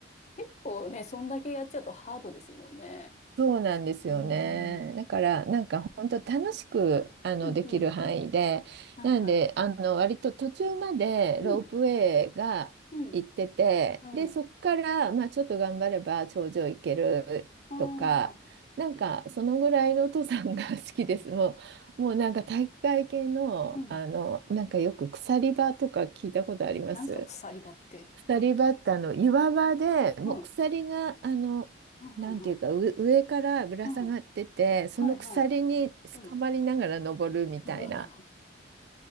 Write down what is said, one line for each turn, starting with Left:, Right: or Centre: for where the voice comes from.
Left: 結構ね、そんだけやっちゃうとハードですもんね。
Right: そうなんですよね。
Left: うーん。
Right: だからなんか本当楽しくあのできる範囲で、
Left: うん、うん。はい、
Right: なんであの割と途中までロープウェイが行ってて、
Left: はい。うん、うん。はい。
Right: でそこからまあちょっと頑張れば頂上行けるとか、
Left: ああ。
Right: なんかそのぐらいの登山が <laughs> 好きです。
Left: うん。
Right: もう、もうなんか体育会系の、
Left: うん
Right: あのなんかよく鎖場とか聞いたことあります
Left: え、なんですか、鎖場って。
Right: 鎖バッタの岩場でもう鎖があのなんていうかう上からぶら下がっててその鎖に捕まりながら登るみたいな
Left: うん。うん、うん、うん。うん。はい、はい。うん。うん <laughs> うわ